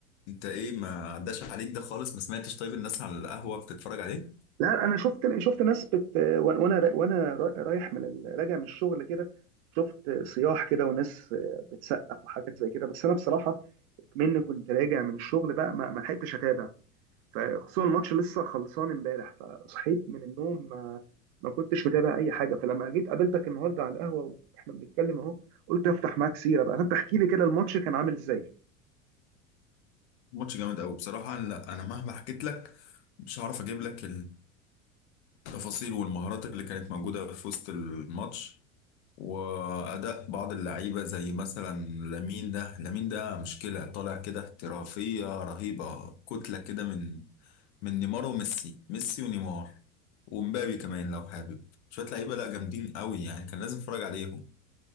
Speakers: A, on the left; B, on the right.
A: انت ايه ما عداش عليك ده خالص ما سمعتش طيب الناس على القهوة بتتفرج عليه
B: لا انا شفت شفت ناس بت وانا وانا رايح من ال... راجع من الشغل كده شفت صياح كده وناس بتسقف وحاجات زي كده بس انا بصراحه مني كنت راجع من الشغل بقى ما ما لحقتش اتابع فخصوصا الماتش لسه خلصان امبارح فصحيت من النوم ما, ما كنتش متابع اي حاجه فلما جيت قابلتك النهارده على القهوه واحنا بنتكلم اهو قلت افتح معاك سيره بقى فانت احكي لي كده الماتش كان عامل ازاي
A: ماتش جامد قوي بصراحة لا انا مهما حكيت لك مش هعرف اجيب لك التفاصيل والمهارات اللي كانت موجودة في وسط الماتش وأداء بعض اللعيبة زي مثلا لامين ده لامين ده مشكلة طالع كده احترافية رهيبة كتلة كده من من نيمار وميسي ميسي ونيمار ومبابي كمان لو حابب شوية لعيبة لا جامدين قوي يعني كان لازم اتفرج عليهم